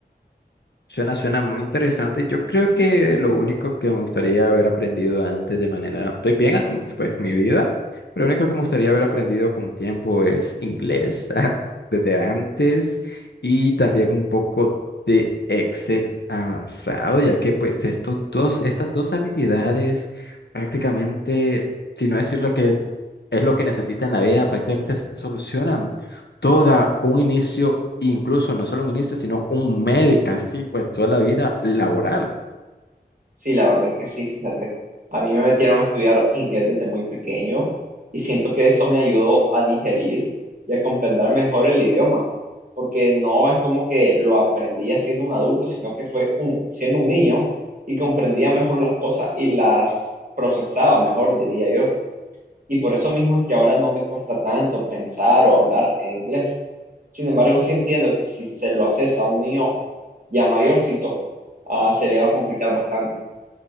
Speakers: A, on the left (about 75°); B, on the right (about 50°).
A: Suena, suena muy interesante. Yo creo que lo único que me gustaría haber aprendido antes de manera, estoy bien a como pues mi vida, pero lo único que me gustaría haber aprendido con tiempo es inglés <laughs> desde antes y también un poco de Excel avanzado, ya que pues estos dos, estas dos habilidades prácticamente, si no decirlo que es lo que necesita en la vida, prácticamente se solucionan toda un inicio, incluso no solo un inicio, sino un medio y casi pues toda la vida laboral.
B: Sí, la verdad es que sí, fíjate. A mí me metieron a estudiar inglés desde muy pequeño y siento que eso me ayudó a digerir y a comprender mejor el idioma, porque no es como que lo aprendí ya siendo un adulto, sino que fue un, siendo un niño y comprendía mejor las cosas y las procesaba mejor, diría yo. Y por eso mismo es que ahora no me cuesta tanto pensar o hablar en inglés. Sin embargo, sí entiendo que si se lo haces a un niño ya mayorcito, ah, se le va a complicar bastante.